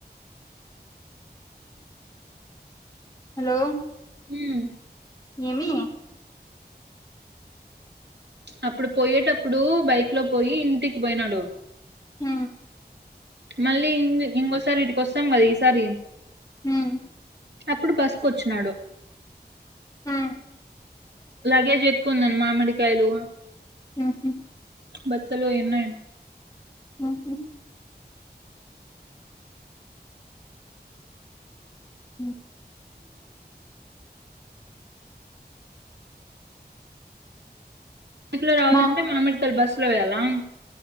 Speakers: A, on the left; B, on the right.
A: హలో
B: మ్మ్
A: ఏమి
B: అప్పుడు పోయేటప్పుడు బైక్ లో పోయి ఇంటికి పోయినాడు
A: హ్మ్
B: మళ్ళీ ఇం ఇంకోసారి ఇడికిస్తాం కదా ఈసారి
A: హ్మ్
B: అప్పుడు బసుకొచ్చినాడు
A: హ
B: లగేజ్ ఎక్కువ ఉందనీ మామిడికాయలు
A: హుహు
B: బత్తలు అయి ఉన్నాయి
A: ఉహ్ హ్మ్.
B: బక్ లో రావాలంటే
A: మా
B: మామిడికాల్ బస్ లో వెయ్యాలా